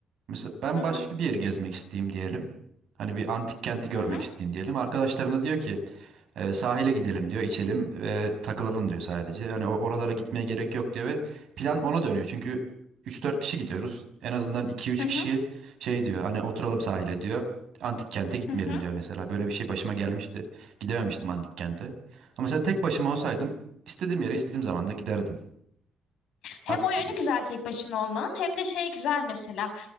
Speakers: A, on the right; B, on the left.
A: Mesela ben
B: Hı
A: başka bir yeri gezmek isteyeyim diyelim. Hani bir antik kenti görmek
B: Hı hı,
A: isteyeyim diyelim. Arkadaşlarım da diyor ki e, sahile gidelim diyor, içelim ve takılalım diyor sadece. Hani o- oralara gitmeye gerek yok diyor ve plan ona dönüyor. Çünkü üç dört kişi gidiyoruz. En azından iki üç
B: hı hı,
A: kişi şey diyor hani oturalım sahile diyor. Antik kente gitmeyelim
B: hı hı.
A: diyor mesela. Böyle bir şey başıma gelmişti. Gidememiştim antik kente. Ama mesela tek başıma olsaydım İstediğim yere istediğim zaman da giderdim.
B: Hem
A: Haksız
B: o yönü
A: mıyım?
B: güzel tek başına olmanın hem de şey güzel mesela.